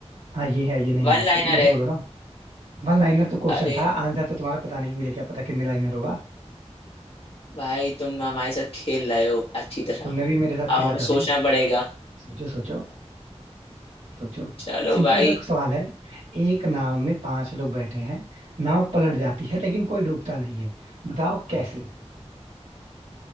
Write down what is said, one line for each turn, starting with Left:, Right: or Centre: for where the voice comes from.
Right: हाँ ये है ये नहीं
Left: वन
Right: है
Left: लाइनर
Right: तो तुम ऐसे
Left: है
Right: बोलो ना वन लाइनर तो क्वेश्चन
Left: अरे
Right: था आंसर तो तुम्हारा पता नहीं मुझे क्या पता कितने लाइनर होगा
Left: भाई तुम हमारे साथ खेल रहे हो अच्छी तरह
Right: तुमने भी मेरे साथ
Left: अब
Right: खेला
Left: हमें
Right: था
Left: सोचना
Right: भाई
Left: पड़ेगा
Right: सोचो सोचो सोचो
Left: चलो
Right: सिंपल
Left: भाई
Right: सा सवाल है एक नाव में पांच लोग बैठे हैं नाव पलट जाती है लेकिन कोई डूबता नहीं है बताओ कैसे